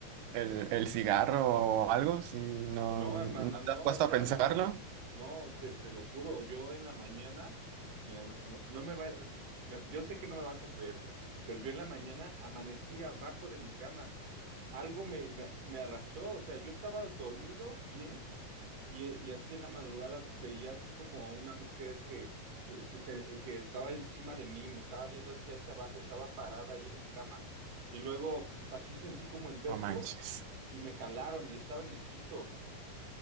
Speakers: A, on the right (about 85°); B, on the right (about 60°).
A: el, el cigarro o algo? Si no,
B: no,
A: no
B: hermano, no,
A: te has puesto
B: o sea,
A: a pensarlo,
B: ne- no, te, te lo juro, yo en la mañana, mira, no, no, no me va, me- yo sé que no me vas a creer, pero yo en la mañana amanecí abajo de mi cama, algo me, me, me arrastró, o sea, yo estaba dormido bien Y, y así en la madrugada veía así como a una mujer que, eh, se- se- que estaba encima de mí, me estaba viendo así hacia abajo, estaba parada ahí en mi cama. Y luego así sentí como el vértigo
A: no manches.
B: <laughs> ¡fu! y me jalaron y estaba en el piso.